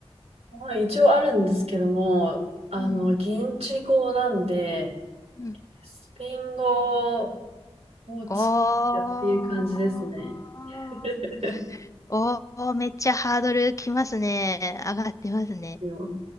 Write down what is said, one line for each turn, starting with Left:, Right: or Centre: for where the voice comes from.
Right: まあ、一応あるんですけども、あの、
Left: うん
Right: 現地語なんで、
Left: うん。うん。
Right: スペイン語をつやっていう感じですね。
Left: あ
Right: <laughs>
Left: ー、おー、めっちゃハードルきますね。上がってますね。
Right: よ